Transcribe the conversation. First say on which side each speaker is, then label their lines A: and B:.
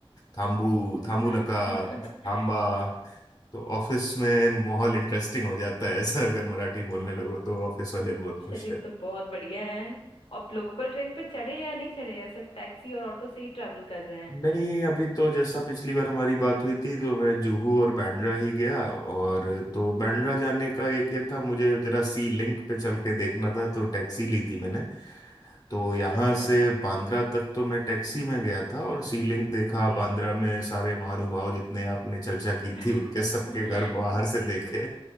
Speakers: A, on the left; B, on the left.
A: थाम्बू
B: <laughs>
A: थाम्बू नका थाम्बा तो ऑफिस में माहौल इंटरेस्टिंग हो जाता है ऐसा अगर मराठी बोलने लगो तो ऑफिस वाले बहुत
B: चलिए
A: खुश
B: तो बहुत बढ़िया है आप लोकल ट्रेन पे चढ़े या नहीं चढ़े या सिर्फ टैक्सी और ऑटो से ही ट्रैवल कर रहे हैं
A: नहीं अभी तो जैसा पिछली बार हमारी बात हुई थी तो मैं जुहू और बैंड्रा ही गया और तो बैंड्रा
B: जी
A: जाने का एक ये था मुझे जरा सी लिंक पे चल के देखना था तो टैक्सी ली थी मैंने तो यहाँ
B: अच्छा
A: से बांद्रा तक तो मैं टैक्सी में गया था और सी लिंक देखा
B: जी
A: बांद्रा में सारे महानुभाव जितने आपने चर्चा की
B: <laughs>
A: थी उनके सबके घर बाहर से
B: जी
A: देखे